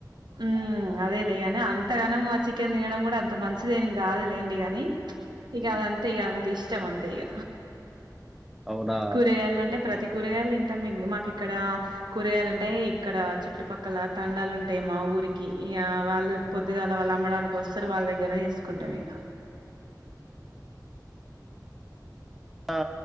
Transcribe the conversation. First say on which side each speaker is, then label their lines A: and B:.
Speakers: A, on the right (about 80°); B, in the centre.
A: ఉమ్మ్ అదే లేగాని అంతగానం మా చికెన్ తినడం కూడా అంత మంచిదిని కాదు లేండి కాని ఇగ
B: హ్మ్.
A: అదంతే ఇగ, అంత ఇష్టం అంతే ఇగ.
B: అవునా?
A: కూరగాయలంటే ప్రతి కూరగాయలు తింటాం ఇం మాకు ఇక్కడ కూరగాయలు అంటే ఇక్కడ చుట్టుపక్కల తండాలు ఉంట టై మా ఊరికి ఇగ వాళ్ళు పొద్దుగాల వాళ్ళు అమ్మడానికి వస్తరు, వాళ్ళ దగ్గరనే తీసుకుంటం ఇగ.
B: ఆ